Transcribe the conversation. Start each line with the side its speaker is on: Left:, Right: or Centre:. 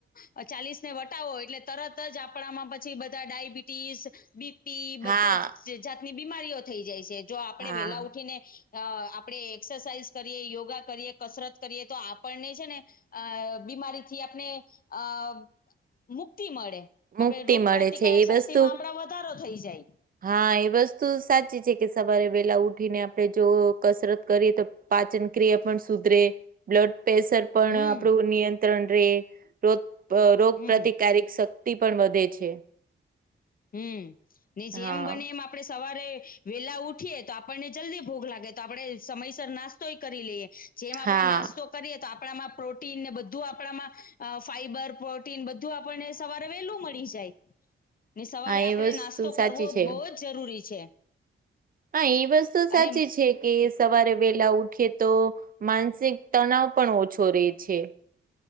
Left: અહ ચાલીસ ને વટાવો એટલે તરત જ આપણામાં પછી બધા ડાયબિટીસ બી તી
Right: હા
Left: બધા જ જાતની બીમારીઓ થઈ જાય છે જો આપણે
Right: હા
Left: વેલા ઉઠીને અહ આપડે એક્સરસાઇઝ કરીએ યોગા કરીએ કસરત કરીએ તો આપણને છે ને અહ બીમારીથી આપને અહ મુક્તિ મળે. આપડણે
Right: મુક્તિ
Left: રોગ
Right: મળે
Left: પ્રતિકારક
Right: છે એ
Left: શક્તિ
Right: વસ્તુ
Left: માં આપડ વધારો થઈ જાય.
Right: હા એ વસ્તુ સાચી છે કે સવારે વેલા ઉઠીને આપણે જો કસરત કરીએ તો પાચનક્રિયા પણ સુધરે બ્લડ પ્રેશર પણ
Left: હમ
Right: આપણું નિયંત્રણ ર રોગ રોગ
Left: હમ
Right: પ્રતિકારિક શ વ્યક્તિ પણ વધે છે.
Left: હમને
Right: હા
Left: જેમ બને એમ આપ આપણે સવારે વેલા ઉઠીએ તો આપણને જલ્દી ભોગ લાગે તો આપડે સમયસર નાસ્તોય કરી લઈએ. જેમ આપણે
Right: હા
Left: નાસ્તો કરીએ તો આપમાં પ્રોટીન ને બધું આપણામાં ફાઈબર પ્રોટીન બધું આપણને સવારે વેલું મળી જાય. ને સવારે
Right: હા
Left: આપણેે
Right: એ વસ્તુ
Left: નાસ્તો
Right: સાચી
Left: કરવો
Right: છે.
Left: બહુ જ જરૂરી છે.
Right: હા એ વસ્તુ સાચી
Left: અને
Right: છે. કે સવારે વેહેલા ઉઠે તો માનસિક તણાવ પણ ઓછો રે છે.